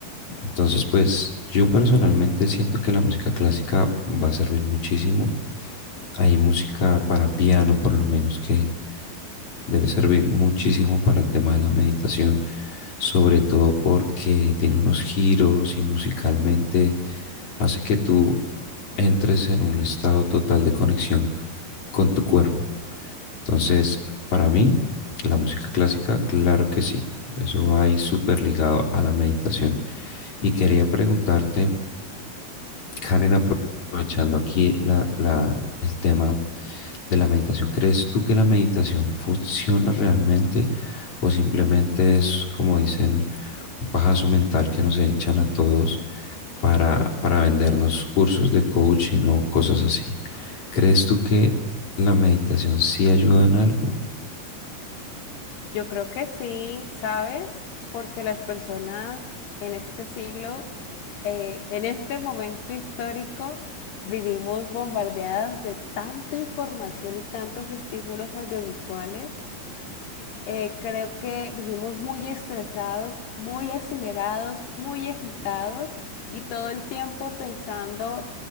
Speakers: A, on the left; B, on the left.
A: entonces, pues yo personalmente siento que la música clásica va a servir muchísimo. Hay música para piano, por lo menos, que debe servir muchísimo para el tema de la meditación, sobre todo porque tiene unos giros y musicalmente hace que tú entres en un estado total de conexión con tu cuerpo. Entonces, para mí, la música clásica, claro que sí. Eso va ahí súper ligado a la meditación. Y quería preguntarte, Karen, apro- aprovechando aquí la- la- el tema de la meditación, ¿crees tú que la meditación funciona realmente o simplemente es, como dicen, un pajazo mental que nos echan a todos para,
B: <laughs>
A: para vendernos cursos de coaching o cosas así? ¿Crees tú que la meditación sí ayuda en algo?
B: Yo creo que sí, ¿sabes? Porque las personas en este siglo, eh, en este momento histórico, vivimos bombardeadas de tanta información y tantos estímulos audiovisuales Eh, creo que vivimos muy estresados, muy acelerados, muy agitados y todo el tiempo pensando